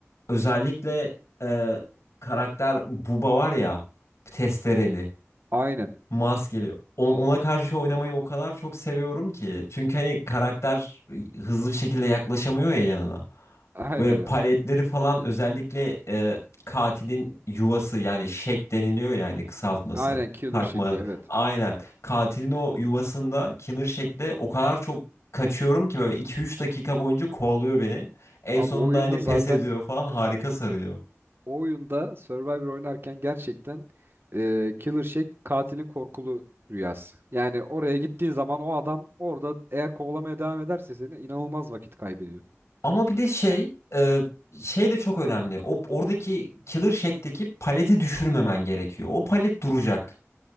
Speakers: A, on the left; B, on the right.
A: özellikle e, karakter Bubba var ya testereli.
B: Aynen.
A: Maskeli. On- Ona karşı oynamayı o kadar çok seviyorum ki. Çünkü hani karakter hızlı bir şekilde yaklaşamıyor ya yanına.
B: Aynen
A: Böyle paletleri
B: abi.
A: falan özellikle e, katilin yuvası yani şek deniliyor yani kısaltması.
B: Aynen Killer
A: Takma.
B: Shake'i evet.
A: Aynen. Katilin o yuvasında killer şekle o kadar çok kaçıyorum ki böyle iki üç dakika boyunca kovalıyor beni. En
B: Abi
A: sonunda
B: oyunda
A: hani
B: zaten
A: pes ediyor falan harika sarıyor.
B: o oyunda Survivor oynarken gerçekten e, Killer Shake katilin korkulu rüyası. Yani oraya gittiğin zaman o adam orada eğer kovalamaya devam ederse seni inanılmaz vakit kaybediyor.
A: Ama bir de şey e, şey de çok önemli. O oradaki Killer Shack'teki paleti düşürmemen gerekiyor. O palet duracak.